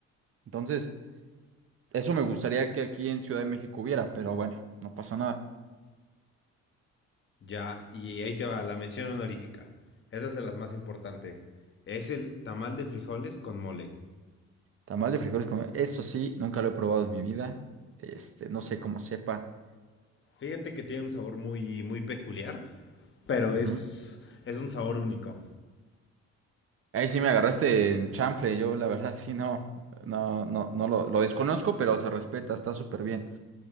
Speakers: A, on the right (about 50°); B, on the left (about 40°).
A: Entonces, eso me gustaría que aquí en Ciudad de México hubiera, pero bueno, no pasa nada.
B: Ya, y ahí te va, la mención honorífica. Esa es de las más importantes. Es el tamal de frijoles con mole.
A: Tamal de frijoles con... Eso sí, nunca lo he probado en mi vida. Este, no sé cómo sepa.
B: Fíjate que tiene un sabor muy, muy peculiar. pero
A: Ujú.
B: es, es un sabor único.
A: Ahí sí me agarraste en chanfle, yo la verdad sí no, no, no, no lo, lo desconozco, pero se respeta, está súper bien.